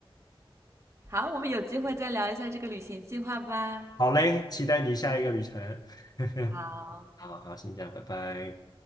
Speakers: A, on the right; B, on the left.
A: <laughs> 好，我们有机会再聊一下这个旅行计划吧。
B: 好嘞，期待你下一个旅程。<laughs>
A: 好。
B: 好好，先这样，拜拜。